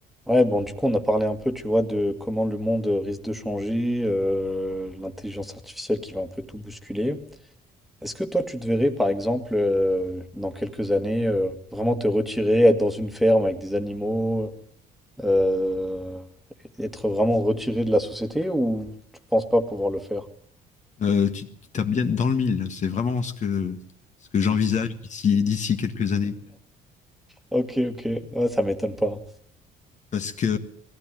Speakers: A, in the centre; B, on the left (about 45°).
A: Ouais, bon, du coup, on a parlé un peu, tu vois, de comment le monde euh, risque de changer, euh, l'intelligence artificielle qui va un peu tout bousculer. Est-ce que toi, tu te verrais, par exemple, euh, dans quelques années, euh, vraiment te retirer, être dans une ferme avec des animaux, euh, être vraiment retiré de la société ou tu penses pas pouvoir le faire?
B: Euh, tu tu tapes bien dans le mille. C'est vraiment ce que, ce que j'envisage d'ici, d'ici quelques années.
A: Ok, ok, ouais, ça m'étonne pas.
B: Parce que,